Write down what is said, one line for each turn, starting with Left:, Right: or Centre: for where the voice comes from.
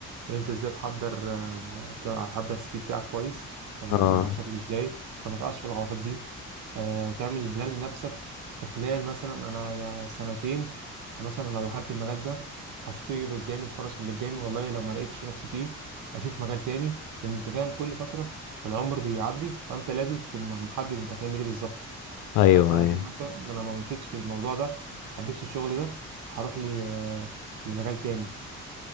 Right: يعني انت ازاي تحضر آه، تع- تحضر السي في بتاعك كويس يعني
Left: اه
Right: يبقى شكله ازاي عشان ما تقعش في الغلطات دي آه، تعمل بلان لنفسك في خلال مثلا انا سنتين مثلا لو دخلت المجال ده هشوف ايه اللي قدامي الفرص اللي قدامي والله لو ما لقيتش نفسي فيه اشوف مجال تاني لان انت فاهم كل فترة العمر بيعدي فانت لازم تكون محدد انت هتعمل ايه بالظبط
Left: ايوه
Right: في خلال سنتين
Left: ايوه
Right: مثلا إن انا ما مشيتش في الموضوع ده ما حبيتش الشغل ده هروح ل- لمجال تاني